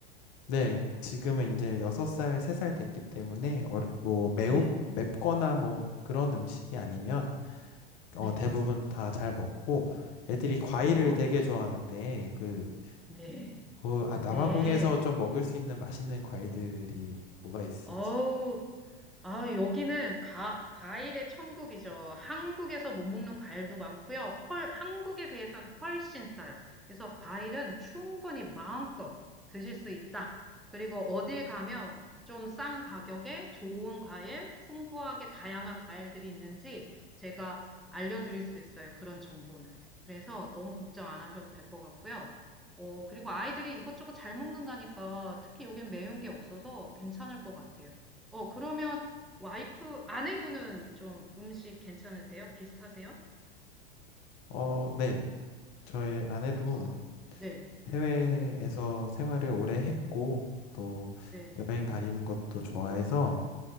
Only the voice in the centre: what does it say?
네.
네.
어,
네.
네.
어우. 아, 여기는 가, 과일의 천국이죠. 한국에서 못 먹는 과일도 많고요. 헐, 한국에 비해선 훨씬 싸요. 그래서 과일은 충분히 마음껏 드실 수 있다. 그리고 어딜 가면 좀 싼 가격에 좋은 과일, 풍부하게 다양한 과일들이 있는지 제가 알려드릴 수 있어요. 그런 정보는. 그래서 너무 걱정 안 하셔도 될 것 같고요. 어, 그리고 아이들이 이것저것 잘 먹는다니까 특히 여긴 매운 게 없어서 괜찮을 것 같아요. 어, 그러면 와이프, 아내분은 좀 음식 괜찮으세요? 비슷하세요?
아, 네,
네,
오